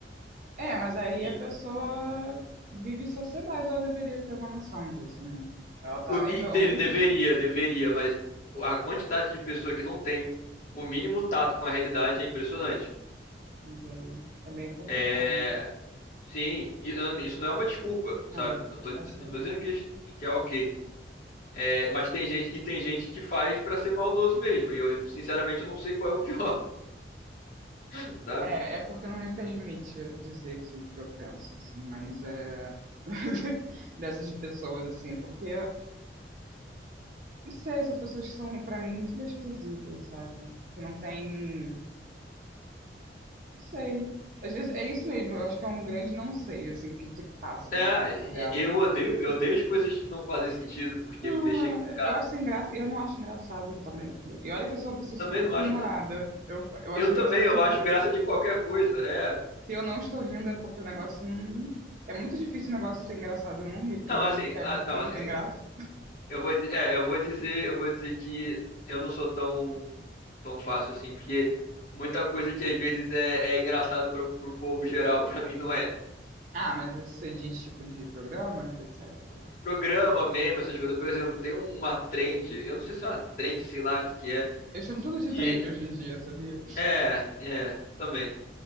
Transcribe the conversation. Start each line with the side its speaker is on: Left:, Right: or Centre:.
Right: É, mas aí
Left: E,
Right: a pessoa vive em sociedade, ela deveria ter uma noção disso, né? Ela tá
Left: o-
Right: negando
Left: e te- deveria,
Right: isso.
Left: deveria, mas a quantidade de pessoa que não tem o mínimo tato com a realidade é impressionante.
Right: Mas aí é bem complicado,
Left: É,
Right: né?
Left: Sim, e, ah, isso não é uma desculpa,
Right: Não,
Left: sabe? Não tô,
Right: eu sei.
Left: não tô dizendo que, que é ok. É, mas tem gente, e tem gente que faz pra ser maldoso mesmo. E eu, sinceramente, eu não sei qual é o pior, <laughs> sabe?
Right: É, é porque não me permite dizer aqui o que eu penso, assim, mas é <laughs> dessas pessoas, assim, porque Não sei, são pessoas que são, pra mim, muito desprezíveis, sabe? Que não tem. Não sei. Às vezes é isso mesmo, eu acho que é um grande não sei, assim, o que que passa
Left: É,
Right: na cabeça
Left: e-
Right: delas.
Left: eu
Right: assim.
Left: odeio, eu odeio as coisas que não fazem sentido, porque
Right: Não,
Left: me deixam encucado.
Right: é- eu acho sem graça, e eu não acho engraçado também, entendeu? E olha que eu sou uma pessoa
Left: Também
Right: super
Left: não
Right: humorada,
Left: acho graça.
Right: eu, eu
Left: Eu
Right: acho
Left: também,
Right: engraçado
Left: eu
Right: de
Left: acho
Right: tudo.
Left: graça de qualquer coisa. É.
Right: Se eu não estou rindo é porque o negócio não. É muito difícil o negócio ser engraçado, e eu não ri, porque
Left: Não,
Right: eu
Left: assim,
Right: rio sempre
Left: ah, não,
Right: que não
Left: assim,
Right: tem graça.
Left: Eu vou, di- é, eu vou dizer, eu vou dizer que eu não sou tão, tão fácil assim, porque muita coisa que às vezes é, é engraçado para o povo geral, para mim não é.
Right: Ah, mas isso você diz tipo de programas, etc.
Left: Programa, meme, essas coisas. Por exemplo, tem um- uma trend, eu não sei se é uma trend, sei lá o que que é,
Right: Eu chamo tudo de
Left: que
Right: trend hoje em dia, sabia?
Left: é, é, também.